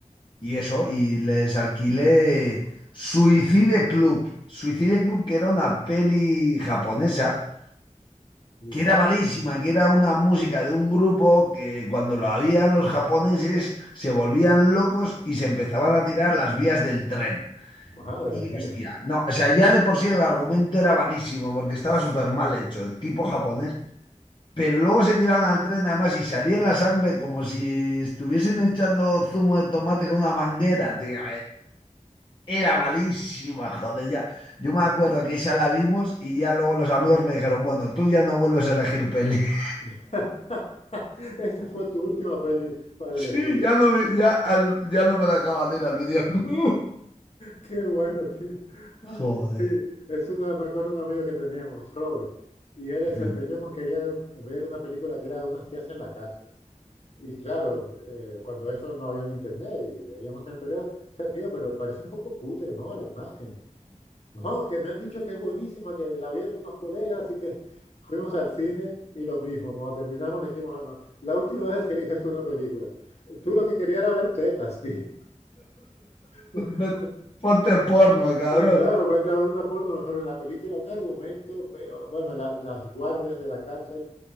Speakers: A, on the left; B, on the left.
A: Y eso, y les alquilé Suicide Club. Suicide Club, que era una peli japonesa,
B: uy,
A: que era malísima, que era una música de un grupo que cuando lo habían los japoneses se volvían locos y se empezaban a tirar a las vías del tren.
B: madre
A: Y
B: mía.
A: hostia, no, o sea, ya de por sí el argumento era malísimo porque estaba
B: Es-
A: súper mal hecho, el tipo japonés. Pero luego se tiraban al tren además y salía la sangre como si estuviesen echando zumo de tomate con una manguera, tío. Era malísima, joder, ya. Yo me acuerdo que esa la vimos y ya luego los amigos me dijeron, bueno, tú ya no vuelves a elegir peli. <laughs>
B: <laughs> Esta fue tu última peli para
A: Sí,
B: elegir.
A: ya no, vi- ya, al- ya no me dejaban ir al videoclub.
B: Qué bueno, tío. <laughs>
A: Joder.
B: Sí, es una, me acuerdo de un amigo que teníamos, Robert, y él desempeñó
A: <laughs>
B: con quería ver una película que era de unas tías en la cárcel. Y claro, eh, cuando eso no había en internet y veíamos en el periódico, o sea, tío, pero parecía un poco cutre, ¿no? La imagen. No, que me han dicho que es buenísima, que la vieron unos colegas y que fuimos al cine y lo mismo. Cuando terminamos le dijimos lo mismo. La última vez que eliges tú una película, tú lo que querías era ver tetas, tío. <laughs>
A: Ve- Ponte porno, cabrón.
B: Eh, Claro, vete a ver una porno, mejor en la película, un argumento, pero bueno, la- las guardias de la cárcel,